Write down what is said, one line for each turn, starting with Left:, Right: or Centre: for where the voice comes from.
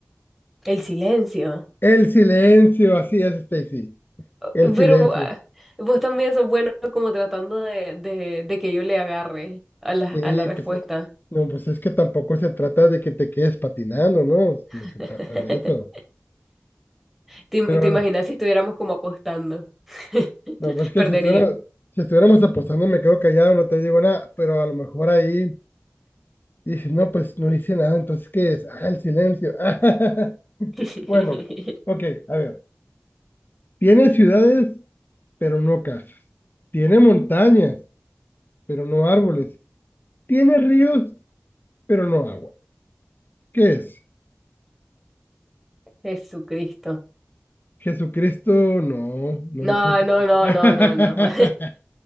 Centre: El silencio.
Left: El silencio, así es, Stacy.
Centre: Oh,
Left: El silencio.
Centre: Pero ah, vos también sos bueno como tratando de, de, de que yo le agarre a la,
Left: Sí,
Centre: a la respuesta.
Left: pues, eh, no, pues es que tampoco se trata de que te quedes patinando, ¿no? No
Centre: <laughs>
Left: se trata de eso.
Centre: ¿Te, im-
Left: Pero bueno,
Centre: te imaginas si estuviéramos como apostando? <laughs>
Left: no, pues que
Centre: Perdería.
Left: si estuviera- si estuviéramos apostando, me quedo callado, no te digo nada, pero a lo mejor ahí dices, no, pues no hice nada, entonces ¿qué es? Ah, el silencio. <laughs>
Centre: <laughs>
Left: Bueno, ok, a ver. Tiene ciudades, pero no casas. Tiene montañas, pero no árboles. Tiene ríos, pero no agua. ¿Qué es?
Centre: Jesucristo.
Left: Jesucristo, no, no
Centre: No,
Left: es Jesucristo.
Centre: no, no,
Left: <laughs>
Centre: no, no, no.